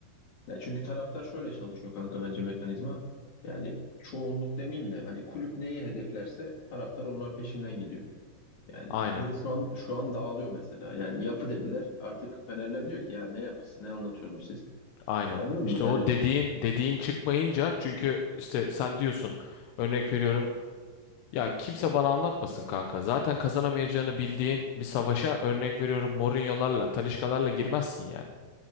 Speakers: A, on the left; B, on the left.
A: Ya çünkü taraftar şöyle çalışıyor kanka bence mekanizma. Yani çoğunluk demeyeyim de hani kulüp neyi hedeflerse taraftar onlar peşinden gidiyor. Yani
B: Aynen.
A: bu şu an şu an dağılıyor mesela. Yani yapı dediler. Artık Fenerler diyor ki ya ne yapısı ne anlatıyorsunuz siz?
B: Aynen.
A: Anladın
B: İşte
A: mı? Hani
B: o dediğin dediğin çıkmayınca çünkü işte sen diyorsun örnek veriyorum Ya kimse bana anlatmasın kanka. Zaten kazanamayacağını bildiğin bir savaşa örnek veriyorum Mourinho'larla, Talisca'larla girmezsin yani.